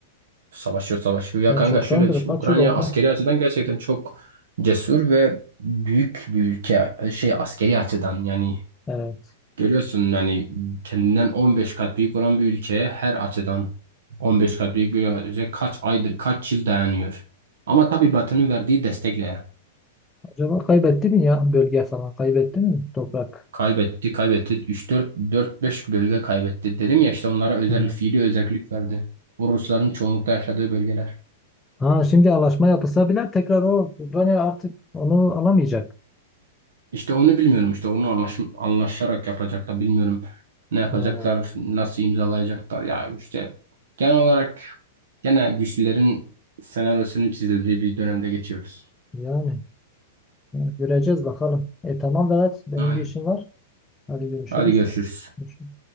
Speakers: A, on the right (about 75°); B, on the left (about 15°).
A: Savaşıyor savaşıyor. Ya
B: Yani
A: kanka
B: çoktandır
A: şöyle düşün.
B: kaç
A: Ukrayna
B: yıl oldu?
A: askeri açıdan gerçekten çok cesur ve büyük bir ülke. Şey askeri açıdan yani
B: Evet.
A: Görüyorsun yani kendinden 15 kat büyük olan bir ülkeye her açıdan 15 kat büyük bir ülke kaç aydır, kaç yıl dayanıyor. Ama tabii Batı'nın verdiği destekle
B: Acaba kaybetti mi ya bölge falan? Kaybetti mi toprak?
A: kaybetti, kaybetti. 3-4, 4-5 bölge kaybetti. Dedim ya işte onlara özel,
B: Ha.
A: fiili özellik verdi. Bu Rusların çoğunlukla yaşadığı bölgeler.
B: Ha, şimdi anlaşma yapılsa bile tekrar o Ukrayna artık onu alamayacak.
A: İşte onu bilmiyorum İşte onu anlaşım, anlaşarak yapacaklar bilmiyorum. Ne yapacaklar,
B: Ha.
A: nasıl imzalayacaklar ya işte genel olarak gene güçlülerin senaryosunu çizildiği bir dönemde geçiyoruz.
B: Yani, yani göreceğiz bakalım. E tamam Vedat benim
A: Aynen.
B: bir işim var. Hadi görüşürüz.
A: Hadi görüşürüz.
B: Görüşürüz.